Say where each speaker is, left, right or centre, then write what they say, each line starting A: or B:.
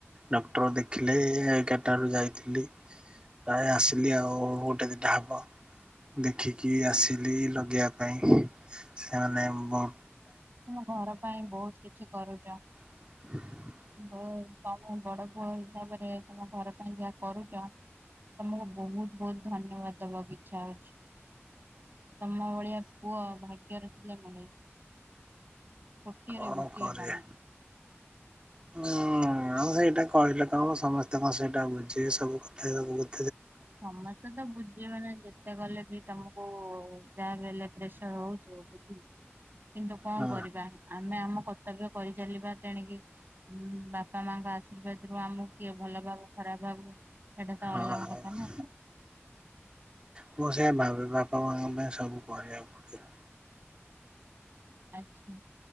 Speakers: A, on the right (about 20°); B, on the right (about 50°).
A: ଡକ୍ଟର ଦେଖିଲେ-ଏ-ଏ ଏଗାରଟାରୁ ଯାଇଥିଲି। ପ୍ରାୟ ଆସିଲି ଆଉ-ଉ-ଉ ଗୋଟେ ଦିଟା ହବ ଦେଖି କି ଆସିଲି ଲଗେଇବା ପାଇଁ ସେମାନେ ମୋ
B: ତୁମ ଘର ପାଇଁ ବହୁତ କିଛି କରୁଛ।
A: <inaudible>
B: ହୁଁ ତମେ ବଡ଼ ପୁଅ ହିସାବରେ ତମ ଘର ପାଇଁ ଯାହା କରୁଚ ତମକୁ ବହୁତ ବହୁତ ଧନ୍ୟବାଦ ଦବାକୁ ଇଚ୍ଛା ହଉଚି। ତମ ଭଳିଆ ପୁଅ ଭାଗ୍ୟର ଥିଲେ ମିଳେ। କୋଟିଏରେ
A: କଣ
B: ଗୋଟିଏ
A: କରିଆ
B: ତମେ।
A: ହଁ ଆଉ ସେଇଟା କହିଲେ କଣ ସମସ୍ତଙ୍କ ସେଇଟା ବୁଝିବେ ସବୁ କଥା ସବ
B: ସମସ୍ତେ ତ ବୁଝିବେନି ଯେତେ କଲେ ବି ତମକୁ-ଉ-ଉ-ଉ ଯାହାବି ହେଲେ ପ୍ରେସର ହଉଥିବ ବୁଝିଲ। କିନ୍ତୁ କଣ
A: ହଁ
B: କରିବା ଆମେ ଆମ କ କର୍ତ୍ତବ୍ୟ କରିଚାଲିବା ତେଣିକି ଉ-ଉ ବାପା ମାଆ ଙ୍କ ଆଶୀର୍ବାଦ ରୁ ଆମକୁ କିଏ ଭଲ ଭାବୁ ଖରାପ ଭାବୁ ସେଇଟା ତ
A: ହଁ
B: ଅଲଗା
A: ହଁ
B: କଥା ନା। ହୁଁ।
A: ମୁଁ ସେଇଆ ଭାବେ ବାପା ମାଆ ଙ୍କ ପାଇଁ ସବୁ କରିବାକୁ ପଡ଼ିବ।
B: ଆଚ୍ଛା।